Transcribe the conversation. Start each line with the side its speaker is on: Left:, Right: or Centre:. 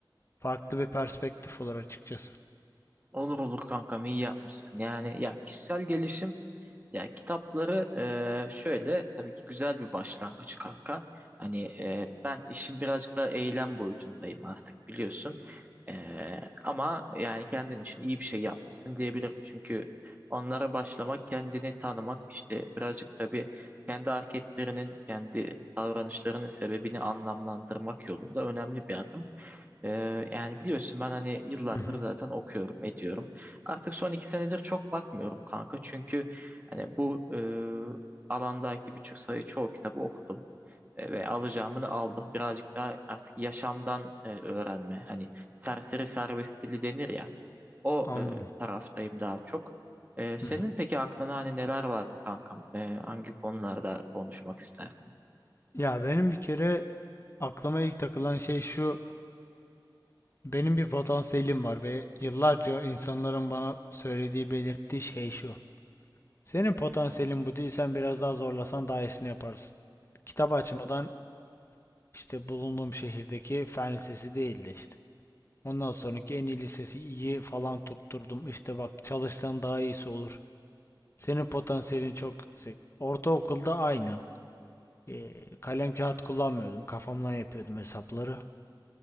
Left: farklı bir perspektif olur açıkçası.
Right: Olur olur kankam iyi yapmışsın. Yani ya kişisel gelişim ya kitapları eee, şöyle tabii ki güzel bir başlangıç kanka. Hani eee, ben işin birazcık daha eylem boyutundayım artık biliyorsun. Eee, ama yani kendin için iyi bir şey yapmışsın diyebilirim. Çünkü onlara başlamak, kendini tanımak işte birazcık tabii kendi hareketlerinin, kendi davranışlarının sebebini anlamlandırmak yolunda önemli bir adım. Ee, yani biliyorsun ben hani yıllardır
Left: Hı hı.
Right: zaten okuyorum, ediyorum. Artık son iki senedir çok bakmıyorum kanka. Çünkü hani bu e, alandaki birçok sayı çoğu kitabı okudum e, ve alacağımını aldım. Birazcık daha artık yaşamdan e, öğrenme. Hani serseri serbest dili denir ya. O
Left: Anladım.
Right: e, taraftayım daha çok. E, senin
Left: Hı hı.
Right: peki aklına hani neler vardı kankam? E, hangi konularda konuşmak isterdin?
Left: Ya benim bir kere aklıma ilk takılan şey şu. Benim bir potansiyelim var ve yıllarca insanların bana söylediği, belirttiği şey şu. Senin potansiyelin bu değil, sen biraz daha zorlasan daha iyisini yaparsın. Kitap açmadan işte bulunduğum şehirdeki fen lisesi değildi işte. Ondan sonraki en iyi lisesi iyi falan tutturdum. İşte bak çalışsan daha iyisi olur. Senin potansiyelin çok yüksek. Ortaokulda aynı. Ee, kalem kağıt kullanmıyordum. Kafamdan yapıyordum hesapları.